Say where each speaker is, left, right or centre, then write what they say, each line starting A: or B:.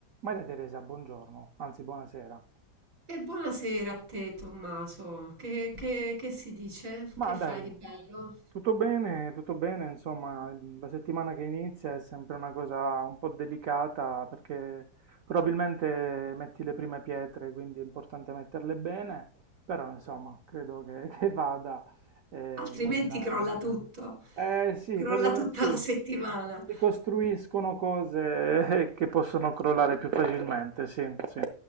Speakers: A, on the right; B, on the right.
A: Maria Teresa, buongiorno, anzi buonasera.
B: E buonasera a te, Tommaso. Che, che- che si dice?
A: Ma
B: Che fai
A: dai,
B: di bello?
A: tutto bene, tutto bene, insomma, il- la settimana che inizia è sempre una cosa un po' delicata perché probabilmente metti le prime pietre, quindi è importante metterle bene, però insomma, credo che, <laughs> che vada, eh,
B: Altrimenti
A: non mi lamento.
B: crolla tutto,
A: Eh sì,
B: crolla
A: perlomeno
B: tutta
A: sì,
B: la settimana.
A: si costruiscono cose <laughs> che possono crollare più facilmente, sì, sì.